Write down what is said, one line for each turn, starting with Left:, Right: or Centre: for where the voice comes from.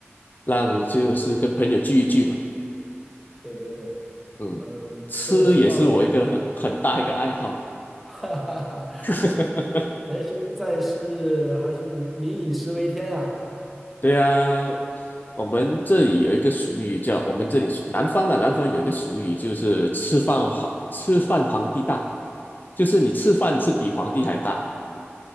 Left: 让就是跟朋友聚一聚嘛，
Centre: 对对对，
Left: 嗯，
Centre: 嗯，
Left: 吃也是我一个很很大一个爱好。
Centre: 特别是到了 <laughs> 哈哈哈，
Left: <laughs>
Centre: 人生在世，还是民以食为天啊。
Left: 对啊，我们这里有一个俗语叫，我们这里南方的南方有一个俗语，就是吃饭皇吃饭皇帝大，就是你吃饭是比皇帝还大。